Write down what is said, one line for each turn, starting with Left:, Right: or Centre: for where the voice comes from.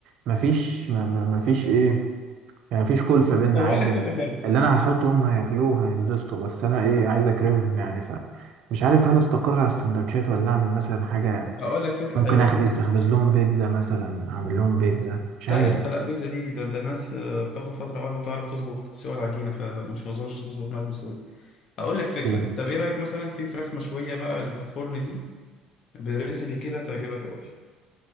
Right: مفيش ما- ما- مفيش ايه يعني مفيش كلفه بينا
Left: طب اقول
Right: عادي
Left: لك فكرة حلوة
Right: اللي انا هحطه هم هياكلوه هينبسطوا بس انا ايه عايز اكرمهم يعني فمش عارف هل استقر على السندوتشات ولا اعمل مثلا حاجه
Left: هقول لك فكرة
Right: ممكن
Left: حلوة
Right: اخبز اخبز لهم بيتزا مثلا اعمل لهم بيتزا مش
Left: لا
Right: عارف
Left: يا اسطى لا بيتزا دي ده, ده الناس آه، بتاخد فتره اول ما تعرف تظبط تسوي العجينه فمش ما اظنش تظبط معاك بسهوله اقول لك فكره
Right: مم.
Left: طب ايه رايك مثلا في فراخ مشويه بقى اللي في الفرن دي بريسيبي كده تعجبك قوي